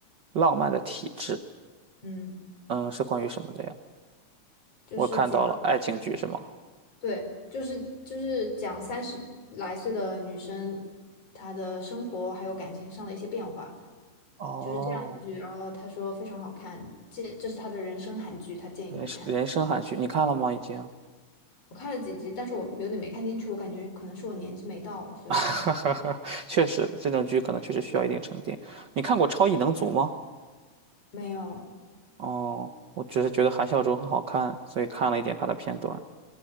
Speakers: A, on the right; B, on the left.
A: 浪漫的体质，
B: 嗯，
A: 嗯，是关于什么的呀？我看到了，
B: 就是讲，
A: 爱情剧是吗？
B: 对，就是就是讲三十来岁的女生她的生活还有感情上的一些变化，
A: 哦。
B: 就是这样一部剧。然后他说非常好看，这这是他的人生韩剧，他建议我看。
A: 人生人生韩剧，你看了吗？已经，
B: 我看了几集，但是我有点没看进去，我感觉可能是我年纪没到，所以我看不进。
A: <laughs> 确实这种剧可能确实需要一定沉淀。你看过《超异能族》吗？
B: 没有，
A: 哦，我只是觉得韩孝周很好看，所以看了一点他的片段。